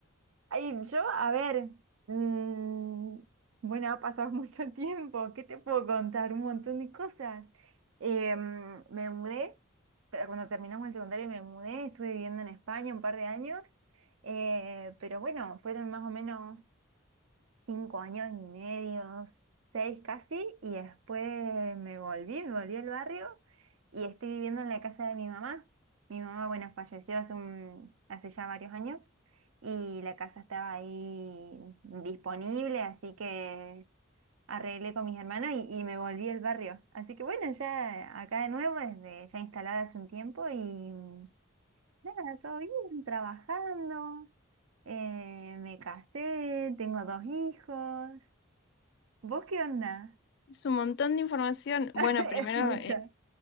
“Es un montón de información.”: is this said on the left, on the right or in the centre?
Left